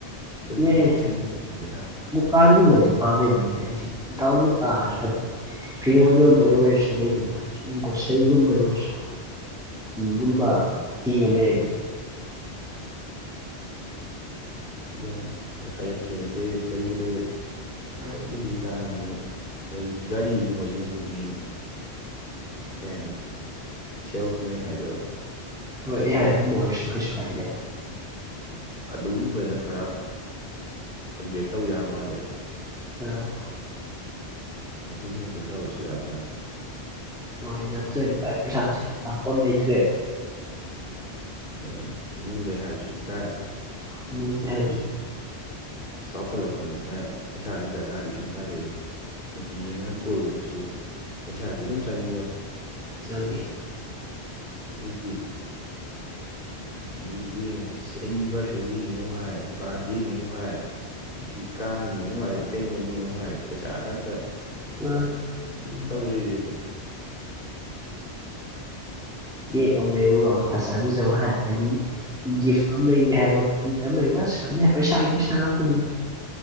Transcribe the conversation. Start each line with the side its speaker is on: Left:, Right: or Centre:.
Left: ꯁꯨꯝ
Centre: ꯌꯥꯏꯅꯦꯏ
Left: ꯌꯥꯎꯁꯟꯕ ꯌꯥꯕ
Centre: ꯗꯨꯀꯥꯟꯒꯨꯝꯕꯗꯤ ꯄꯥꯝꯃꯤꯕꯅꯤꯅꯦ ꯑꯩꯁꯨꯗꯥꯅ ꯇꯥꯔꯁꯨ ꯍꯥꯏꯔꯅꯦ ꯐꯤꯔꯣꯜ ꯌꯣꯟꯕꯩ ꯑꯣꯏꯔꯁꯨ ꯂꯩꯗꯅ ꯁꯨꯝ ꯒꯣꯁꯔꯤꯒꯨꯝꯕꯩ ꯑꯣꯏꯔꯁꯨ ꯒꯨꯝꯕ
Left: ꯑꯥ
Centre: ꯊꯤꯕ ꯂꯩꯔꯗꯤ
Left: ꯌꯥꯏꯅꯦ ꯑꯩ ꯍꯥꯏꯔꯛꯀꯦꯅꯦ ꯂꯩꯕꯨ ꯂꯩꯔꯗꯤ
Centre: ꯍ
Left: ꯑꯩ ꯍꯧꯖꯤꯛꯀꯥꯟ ꯑꯃꯨꯛ ꯃꯣꯏꯒꯤ ꯒꯥꯔꯤꯒꯨꯝꯕ ꯌꯣꯟꯕꯒꯤ ꯀꯩ ꯍꯥꯏꯅꯤ ꯁꯦꯜꯁꯃꯦꯟ ꯍꯥꯏꯗꯣꯏꯔꯥ
Centre: ꯍꯣꯏ ꯌꯥꯏ ꯑꯗꯨꯝꯕꯨꯂꯤꯁꯨ ꯀꯁꯨ ꯀꯥꯏꯗ
Left: ꯑꯗꯨꯒꯨꯝꯕꯅ ꯈꯔ ꯑꯞꯒ꯭ꯔꯦꯗ ꯇꯧ ꯌꯥꯕ ꯃꯥꯜꯂꯦꯕ
Centre: ꯎꯝ
Left: ꯑꯗꯨꯒꯨꯝꯕꯗ ꯇꯧꯔꯁꯨ ꯌꯥꯕꯖꯥꯠꯅꯤ
Centre: ꯍꯣꯏ ꯅꯠꯆꯅꯤꯚꯥꯏ ꯄꯩꯁꯥ ꯂꯥꯛꯄ ꯑꯃ ꯂꯩꯇ꯭ꯔꯦꯕ
Left: ꯍꯣꯏ ꯏꯃꯨꯡꯗꯩ ꯍꯥꯏꯕꯁꯨ ꯏꯀꯥꯏ
Centre: ꯃꯤ
Left: ꯑꯗꯒꯤ
Centre: ꯍꯥꯏꯕꯁꯤ
Left: ꯑ ꯆꯥꯎꯈꯠꯂꯛꯄꯅꯤꯅ ꯄꯩꯁꯥꯒꯤ ꯗꯔꯀꯥꯔꯗꯤ ꯁꯨꯝ ꯇꯥꯔꯛꯏ ꯅꯨꯄꯤ ꯑꯉꯥꯡ ꯀꯣꯏꯕꯗꯁꯨ ꯄꯩꯁꯥꯁꯦ ꯑꯗꯨꯝ ꯆꯪꯉꯤꯗꯣ
Centre: ꯆꯪꯦ
Left: ꯑꯗꯩꯗꯤ ꯅꯨꯄꯤꯒꯤ ꯑꯦꯅꯤꯚꯔꯁꯔꯤꯅꯦꯌꯨ ꯍꯥꯏ ꯕꯥꯔꯗꯦꯅꯦꯌꯨ ꯍꯥꯏ ꯍꯥꯏꯗꯤ ꯀꯥꯡꯅꯦ ꯑꯃꯨꯛ ꯍꯥꯏ ꯀꯩꯅꯣꯝꯅꯦ ꯑꯃꯨꯛ ꯍꯥꯏ ꯄꯩꯁꯥ ꯉꯥꯛꯇ
Centre: ꯑ
Left: ꯑꯗꯨꯝ ꯇꯧ ꯂꯩꯔꯦꯕ
Centre: ꯀꯦꯛ ꯑꯃ ꯂꯩꯎꯔꯣꯅ ꯐꯖꯕꯤꯖꯧ ꯍꯥꯏꯔꯛꯀꯅꯤ ꯒꯤꯐ ꯑꯃ ꯂꯩꯒꯦ ꯍꯥꯏꯔꯣ ꯃꯤꯠ ꯑꯃ ꯂꯩꯕ ꯑꯁ ꯈꯪꯗꯦ ꯄꯩꯁꯥꯒꯤ ꯄꯩꯁꯥ ꯉꯥꯛꯇꯅꯦꯕ